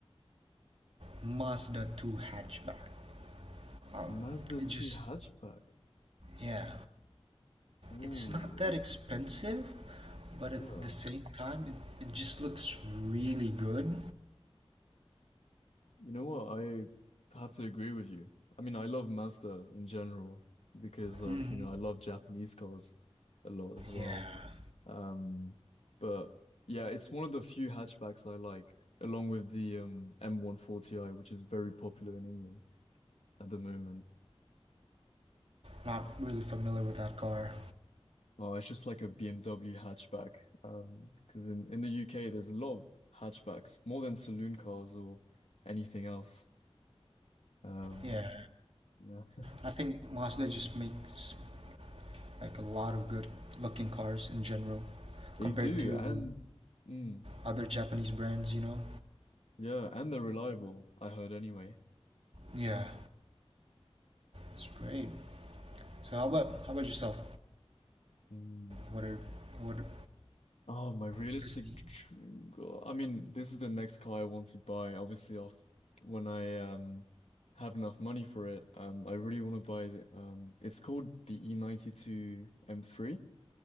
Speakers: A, on the right; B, on the left.
A: Mazda 2 hatchback. Um,
B: Mazda
A: it
B: 2
A: just,
B: hatchback.
A: yeah,
B: Ooh,
A: it's not that expensive, but
B: yeah.
A: at the same time, it, it just looks really good.
B: You know what? I have to agree with you. I mean, I love Mazda in general because of,
A: hmm
B: you know, I love Japanese cars a lot as well.
A: Yeah,
B: Um, but yeah, it's one of the few hatchbacks I like, along with the um M140i, which is very popular in England at the moment.
A: not really familiar with that car.
B: Oh, it's just like a BMW hatchback. Um, because in, in the UK there's a lot of hatchbacks, more than saloon cars or anything else. Um,
A: Yeah,
B: yeah,
A: I think Mazda just makes like a lot of good looking cars in general
B: they
A: compared
B: do,
A: to
B: and. mm,
A: other Japanese brands, you know?
B: Yeah, and they're reliable, I heard anyway.
A: Yeah, it's great. So how about how about yourself?
B: Mm.
A: What are what are-
B: Oh, my realistic
A: what is the
B: dream car. I mean, this is the next car I want to buy. Obviously, off when I um have enough money for it. Um, I really want to buy the, um it's called the E92 M3.